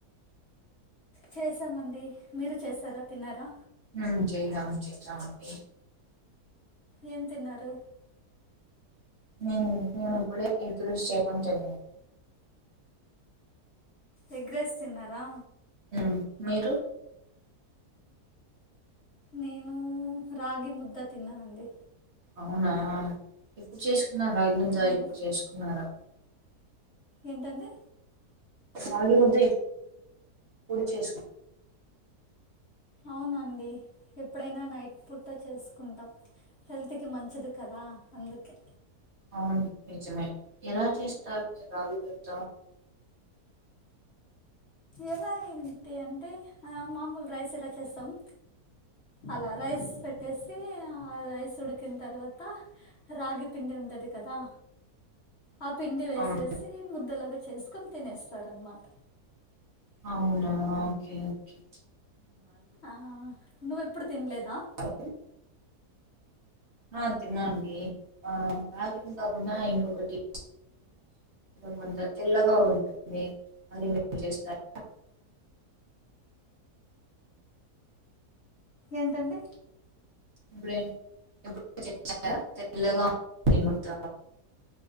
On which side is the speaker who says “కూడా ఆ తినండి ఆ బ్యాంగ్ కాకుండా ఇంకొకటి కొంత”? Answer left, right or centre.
Right